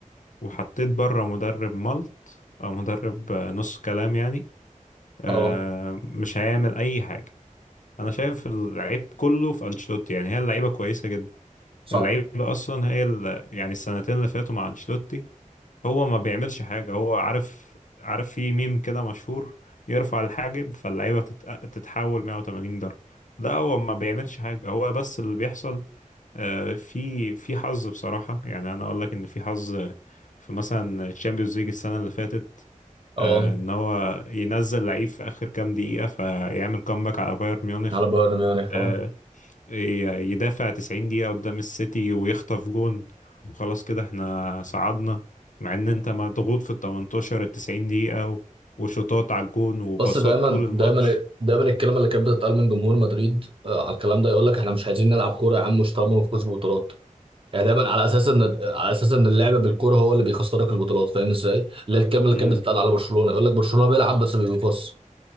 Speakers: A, on the left; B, on the right.
A: وحطيت بره مدرب ملط او مدرب آه، نص كلام يعني آه
B: اه
A: مش هيعمل اي حاجة انا شايف اللعيب كله في انشيلوتي يعني هي اللعيبة كويسة جدا
B: صح
A: اللعيب اصلا هي ال... يعني السنتين اللي فاتوا مع انشيلوتي هو ما بيعملش حاجه هو عارف عارف في ميم كده مشهور يرفع الحاجب فاللعيبه تت... تتحول 180 درجه ده هو ما بيعملش حاجه هو بس اللي بيحصل آه، في في حظ بصراحه يعني انا اقول لك ان في حظ في مثلا تشامبيونز ليج السنه اللي فاتت
B: اه
A: آه، ان هو ينزل لعيب في اخر كام دقيقه فيعمل كومباك على بايرن ميونخ
B: على بايرن ميونخ
A: آه،
B: اه
A: ي- يدافع 90 دقيقة قدام السيتي ويخطف جون وخلاص كده احنا صعدنا مع ان انت مضغوط في ال 18 ال 90 دقيقة و- وشوطات على الجون وباصات
B: بس دايما
A: طول الماتش
B: دايما دايما الكلمه اللي كانت بتتقال من جمهور مدريد آه، على الكلام ده يقول لك احنا مش عايزين نلعب كوره يا عم مش طالما بنفوز ببطولات يعني دايما على اساس ان على اساس ان اللعب بالكوره هو اللي بيخسرك البطولات فاهم ازاي؟ اللي هي الكلمه اللي
A: امم
B: كانت بتتقال على برشلونه يقول لك برشلونه بيلعب بس ما بيفوزش